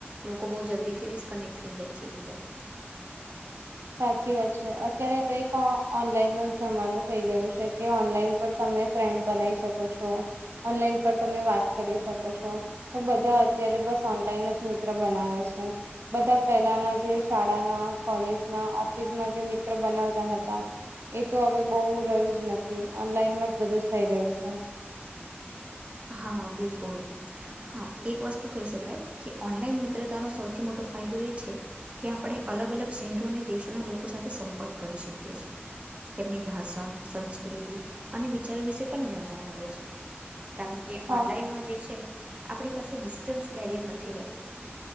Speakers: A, on the right (about 30°); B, on the right (about 80°).
A: લોકો બો જલ્દીથી ડિસ્કનેક્ટ થઈ જાય છે, એકબીજા સાથે.
B: સાચી વાત છે અત્યારે તો એક ઓનલાઈન ન જમાનો થઈ ગયો છે કે ઓનલાઈન પર ત ફન્ બનાવી શકો છો ઓનલાઈન પર તમે વાત કરી શકો છો તો બધા અત્યારે ઓનલાઈન જ મિત્ર બનાવે છે બધા પેલાના જે શાળામાં કોલેજ ઓફિસ જે મિત્ર બનાવતા હતા એ તો હવે બહ રહ્યું જ નથી ઓનલાઈનમાં બધું થઈ રહ્યું છે
A: હા બિલકુલ હા એક વસ્તુ કહી શકાય કે ઓનલાઈન મિત્રતાનો સૌથી મોટો ફાયદો એ છે કે આપણે અલગ અલગ શહેરો અને દેશોના લોકો સાથે સંપર્ક કરી શકીએ છી. તેમની ભાષા સંસ્કૃતિ અને વિચાર વિશે પણ જાણવા મળે છે કારણ કે
B: હા
A: ઓનલાઈનમાં જે છે આપણી પાસે ડિસ્ટન્સ બેરિયર નથી રહેતું